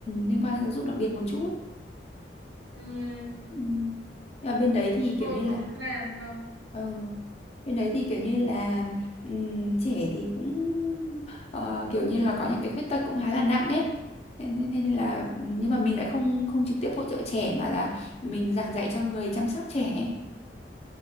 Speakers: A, on the left; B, on the right.
A: liên quan đến giáo dục đặc biệt một chút
B: ừ,
A: ừ. Nhưng mà bên đấy thì
B: thôi
A: kiểu như là
B: cứ làm vâng
A: Ừ. Cái đấy thì kiểu như là ừm, trẻ thì cũng ờ, kiểu như là có những cái khuyết tật cũng khá là nặng ấy. Thế Nên, nên, nên là nhưng mà mình lại không không trực tiếp hỗ trợ trẻ mà là mình giảng dạy cho người chăm sóc trẻ.